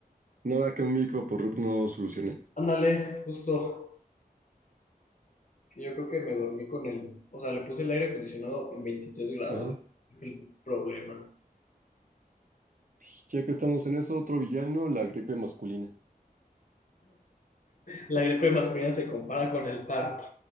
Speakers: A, on the right; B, on the left.
A: Nada que un micro por Rup no solucione.
B: Ándale, justo. que yo creo que me dormí con el, o sea, le puse el aire acondicionado en 23 grados.
A: Ajá.
B: Ese fue el problema.
A: Pues, Ya que estamos en eso, otro villano, la gripe masculina.
B: La gripe masculina se compara con el parto.